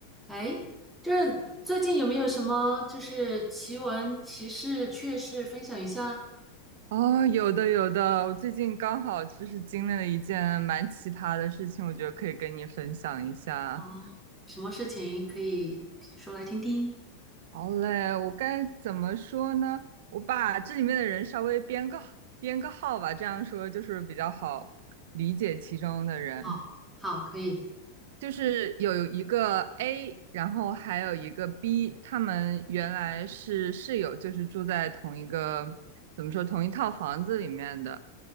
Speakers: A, in the centre; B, on the right.
A: 哎，这最近有没有什么就是奇闻奇事、趣事分享一下？
B: 哦，有的有的，我最近刚好就是经历了一件蛮奇葩的事情，我觉得可以跟你分享一下。
A: 哦，什么事情可以说来听听？
B: 好嘞，我该怎么说呢？我把这里面的人稍微编个编个号吧，这样说就是比较好理解其中的人。
A: 好，好，可以。
B: 就是有一个 A，然后还有一个 B，他们原来是室友，就是住在同一个，怎么说，同一套房子里面的。